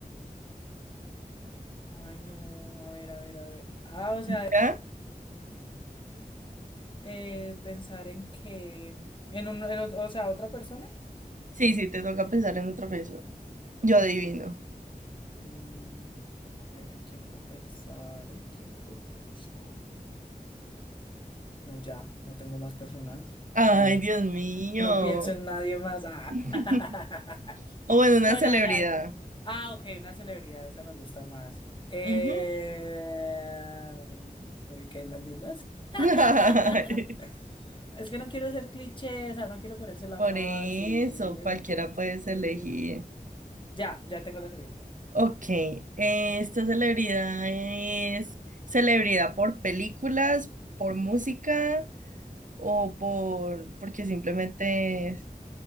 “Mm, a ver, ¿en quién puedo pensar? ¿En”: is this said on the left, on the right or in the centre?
Left